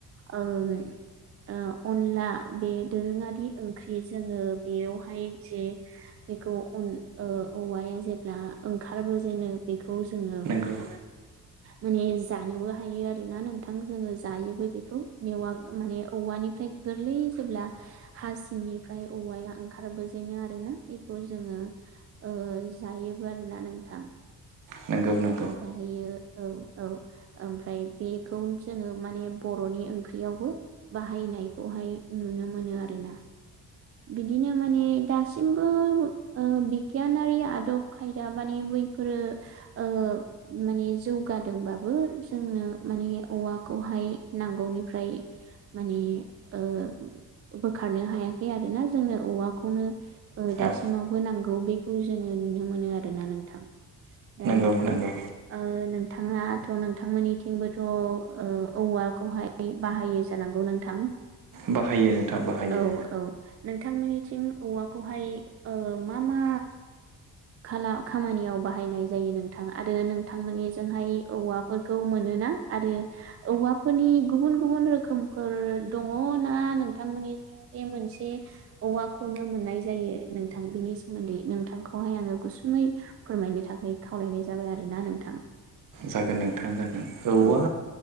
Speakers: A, on the right; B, on the right.
A: ओ ओम ओ अनला बे दोरोङारि ओंख्रि जोङो बेयावहाय जे खौ अल ओ औवाया जेब्ला ओंखारबो जेनो बेखौ जोङो
B: जेब्ला
A: माने जानोबो हायो आरोना नोंथां जोङो जायोबो बिखौ मेवा माने औवानिफ्राय गोरलै जेब्ला हा सिंनिफ्राय औवाया ओंखारबोजेनो आरो ना। बिखौ जोङो ओ जायोबो आरोना नोंथां
B: <inaudible> नोंगौ नों
A: ओमफायहायो औ। औ ओमफ्राय बेखौनो जोङो माने बर'नि ओंख्रियावबो बाहायनायखौहाय नुनो मोनो आरोना। बिदिनो माने दासिमबो ओ बिगियानारि आदब खायदा माने बैफोरो ओ माने जौगादोंबा बो जोंनो माने औवाखौहाय नांगौनिफ्राय माने ओ बोखारनो हायाखै आरोना। जोंनो औवाखौनो ओ दासिमावबो
B: औ
A: नांगौ बेखौ जोङो नुनो मोनो आरोना नोंथां। दा
B: नंगौ
A: नोंथां
B: नंगौ
A: ओ नोंथाङाथ' नोंथांमोननिथिंबोथ' ओ औवा खौहाय बाहायो जानांगौ नोंथां?
B: बाहायो नोंथां बाहायो।
A: औ औ। नोंथांमोननिथिं औवाखौहाय ओ मा मा खाला खामानियाव बाहायनाय जायो नोंथां आरो नोंथांमोननिजोंहाय औवाफोर खौ मोनोना आरो औवाफोरनि गुबुन गुबुन रोखोमफोर दङ ना नों थांमोननिथिं बे मोनसे बे औवाखौनो मोननाय जायो नोंथां? बिनि सोमोन्दै नोंथांखौहाय आङो गुसुङै फोरमायनो थाखाय खावलायनाय जाबाय आरोना नोंथां।
B: जागोन नोंथां जागोन औवा
A: अ।